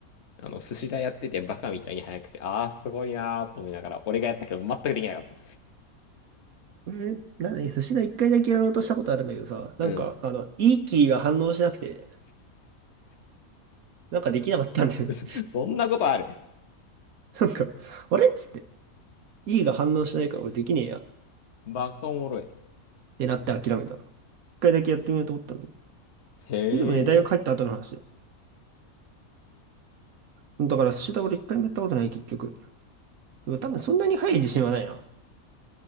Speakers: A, on the left; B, on the right.
A: う、あの、寿司屋やっててバカみたいに早くて、ああ、すごいなーと思いながら、俺がやったけど全くできなかった。
B: え、なんで、寿司だ一回だけやろうとしたことあるんだけどさ、なんか、
A: うん
B: あの、いいキーが反応しなくて、なんかできなかったんだよね。
A: <laughs> そそんなことある。
B: <laughs> なんか、あれっつって、いいが反応しないから俺できねえや。っ
A: バカおもろい。
B: てなって諦めた。一回だけやってみようと思ったのに。
A: へ
B: でもね、大学入った後の話だよ。
A: え。
B: うん。だから寿司だ俺一回もやったことない、結局。でも多分そんなに速い自信はないな。